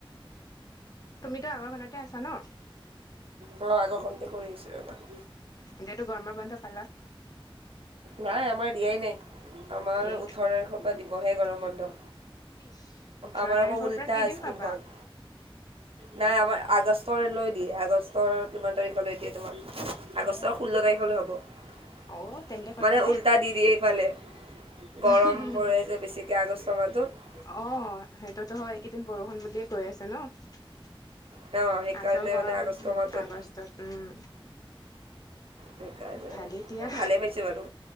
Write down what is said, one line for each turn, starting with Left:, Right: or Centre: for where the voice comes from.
Left: তুমিতো আগৰখনতে আছা ন
Right: ম আগৰখনতে কৰি আহছো এবাৰ
Left: এতিয়াটো গৰমৰ বন্ধ পালা
Right: নাই আমাৰ দিয়াই নাই আমাৰ
Left: এ
Right: ওঠৰ তাৰিখৰ পৰা দিবহে গৰম বন্ধ
Left: ইচ ওঠৰ
Right: আমাৰ
Left: তাৰিখৰ
Right: আকৌ উল্টা
Left: পৰা কেইদিন
Right: স্কুলখন
Left: পাবা
Right: নাই আমাৰ আগষ্টলৈ দিয়ে আগষ্টৰ কিমান তাৰিখলৈ দিয়ে তোমাক আগষ্টৰ
Left: অ'
Right: শোল্ল তাৰিখলৈ হ'ব
Left: অ' তেন্তে কথা
Right: মানে উল্টা দি দিয়ে এইফালে গৰম
Left: নাই
Right: পৰে যে বেছিকৈ আগষ্ট মাহটোত
Left: অ সেইটোতো হয় এইকেইদিন বৰষুণ বুলিয়ে কৈ আছে ন
Right: অ', সেইকাৰণে
Left: আচল গৰম
Right: মানে আগষ্ট মাহটোত
Left: আগষ্টত উম
Right: সেইকাৰণে
Left: ভালেই দিয়া
Right: ভালেই পাইছোঁ বাৰু